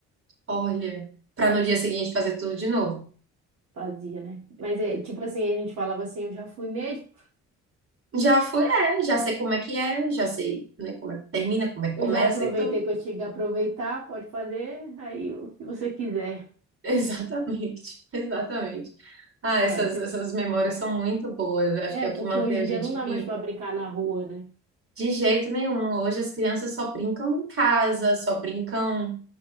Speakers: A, on the right; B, on the right.
A: Olha, para no dia seguinte fazer tudo de novo.
B: Fazia, né? Mas é tipo assim, a gente falava assim, eu já fui mesmo,
A: Já foi, é, já sei como é que é, já sei, né, como é que termina, como é que
B: eu
A: começa,
B: já aproveitei
A: então,
B: que eu tinha que aproveitar, pode fazer aí o que você quiser.
A: <laughs> exatamente, exatamente. Ah,
B: É,
A: essas,
B: você-
A: essas memórias são muito boas, eu acho
B: é,
A: que é o
B: porque
A: que mantém
B: hoje
A: a
B: em
A: gente
B: dia não dá
A: vivo.
B: mais para brincar na rua, né?
A: De jeito nenhum. Hoje as crianças só brincam em casa, só brincam